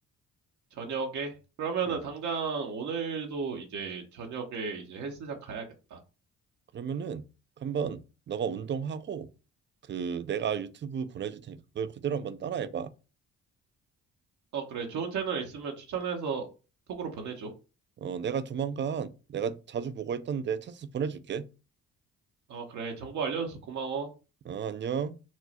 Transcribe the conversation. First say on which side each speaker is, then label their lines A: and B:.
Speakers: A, on the right; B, on the right.
A: 저녁에? 그러면은
B: 음.
A: 당장 오늘도 이제 저녁에 이제 헬스장 가야겠다.
B: 그러면은 한번 너가 운동하고 그 내가 유튜브 보내줄 테니까 그걸 그대로 한번 따라해봐.
A: 어, 그래. 좋은 채널 있으면 추천해서 톡으로 보내줘.
B: 어, 내가 조만간 내가 자주 보고 했던데 찾아서 보내줄게.
A: 어, 그래. 정보 알려줘서 고마워.
B: 어, 안녕.